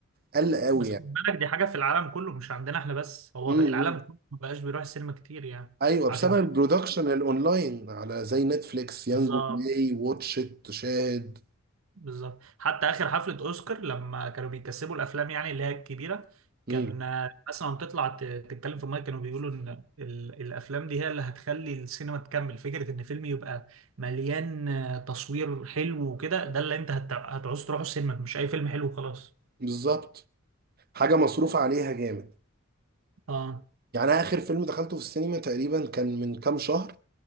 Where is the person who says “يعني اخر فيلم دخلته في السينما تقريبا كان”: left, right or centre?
Right